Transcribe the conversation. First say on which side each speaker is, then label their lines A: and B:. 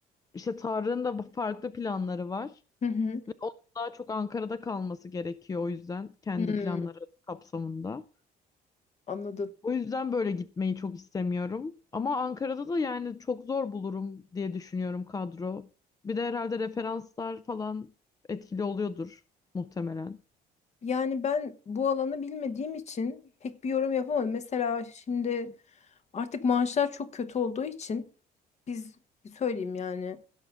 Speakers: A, on the left; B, on the left.
A: İşte Tarık'ın da farklı planları var.
B: hı.
A: Ve
B: <clears throat>
A: onun daha çok Ankara'da kalması gerekiyor o yüzden kendi
B: Hmm,
A: planları kapsamında.
B: anladım.
A: O yüzden böyle gitmeyi çok istemiyorum. Ama Ankara'da da yani çok zor bulurum diye düşünüyorum kadro. Bir de herhalde referanslar falan etkili oluyordur muhtemelen.
B: Yani ben bu alanı bilmediğim için pek bir yorum yapamadım. Mesela şimdi artık maaşlar çok kötü olduğu için biz söyleyeyim yani